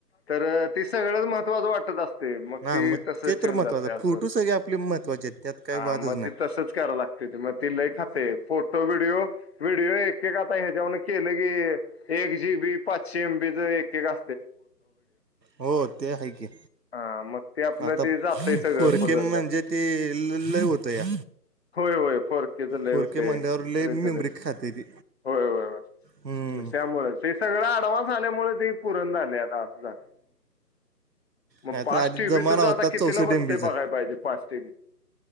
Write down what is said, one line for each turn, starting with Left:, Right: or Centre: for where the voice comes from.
Left: तर तेी सगळंच महत्त्वाचं वाटत असत ते मग
Right: ना
Left: ते तसच ठेवून
Right: तर महत्त्वाचं
Left: जात असं
Right: फोटो सगळे आपले महत्त्वाचे आहेत त्यात काय
Left: हा
Right: वादच
Left: मग
Right: नाही
Left: ती तसच कराव लागते त मग ती लय खाते फोटो व्हिडिओ एक एक का आता हच्याऊ केले की एक जी बी पाचश एम बी तर एक एक का
Right: हो ते आहे की
Left: हा मग ते आपलं
Right: आता
Left: ते जातंय सगळं
Right: फोरके
Left: फुलंदात
Right: म्हणजे तेी ल लय होत या
Left: होय होय फर के झालं
Right: फोर
Left: होते
Right: के म्हणल्यावर
Left: खर
Right: लय मेमरी
Left: झालेच
Right: खाते ती
Left: होय होयय
Right: हम्म.
Left: त्यामुळे ते सगळ अडवानस आल्यामुळे ते पुरण झाले आता असं झालं मग
Right: नाहीतर
Left: फस्ट
Right: आधी
Left: टीव्
Right: जमाना
Left: तुझ
Right: होता
Left: आता कितीला
Right: चौसष्ट
Left: बसतय
Right: एम बीचा
Left: बघाय पाहिजे फस्ट टीव